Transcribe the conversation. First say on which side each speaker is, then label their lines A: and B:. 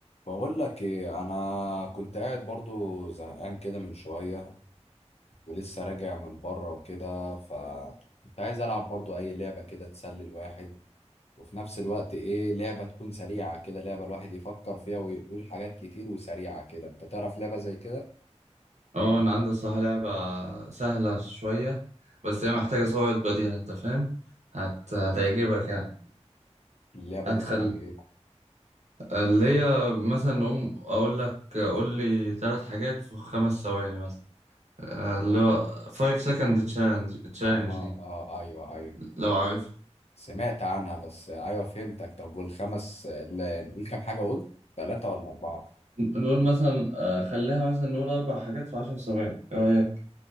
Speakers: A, on the left; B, on the right.
A: بقول لك ايه انا كنت قاعد برضو زهقان كده من شويه ولسه راجع من بره وكده ف كنت عايز العب برضو اي لعبه كده تسلي الواحد وفي نفس الوقت ايه لعبه تكون سريعه كده لعبه الواحد يفكر فيها ويقول حاجات كتير وسريعه كده انت تعرف لعبه زي كده
B: اه انا عندي الصراحة لعبة سهلة شوية بس هي محتاجة سرعة بديهة انت فاهم هت... هتعجبك يعني
A: اللعبه دي
B: ادخل
A: اسمها ايه
B: اللي هي مثلا نقوم اقول لك قول لي ثلاث حاجات في خمس ثواني مثلا آه، اللي هو 5 second challenge challenge
A: اه اه
B: دي
A: آه، ايوه ايوه
B: لو عارف
A: سمعت عنها بس ايوه فهمتك طب والخمس لا، نقول كام حاجه قلت ثلاثه ولا اربعه
B: نقول مثلا آه، خليها مثلا نقول اربع حاجات في عشر ثواني ايه رأيك